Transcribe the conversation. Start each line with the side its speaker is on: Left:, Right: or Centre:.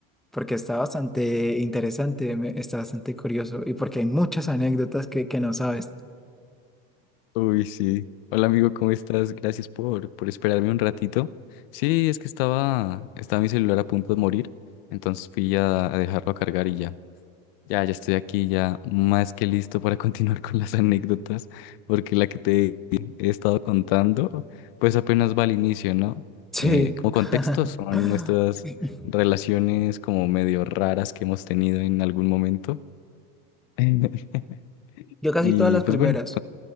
Centre: porque está bastante interesante, me- está bastante curioso y porque hay muchas anécdotas que, que no sabes.
Left: Uy, sí. Hola amigo, ¿cómo estás? Gracias por, por esperarme un ratito. Sí, es que estaba, estaba mi celular a punto de morir, entonces fui a, a dejarlo a cargar y ya. Ya, ya estoy aquí, ya más que listo para <laughs> continuar con las anécdotas, porque la que te he estado contando, pues apenas va al inicio, ¿no?
Centre: Sí.
Left: Eh, como contexto,
Centre: <laughs>
Left: son nuestras relaciones como medio raras que hemos tenido en algún momento. <laughs>
Centre: Yo casi
Left: Y
Centre: todas las
Left: pues
Centre: primeras
Left: bueno,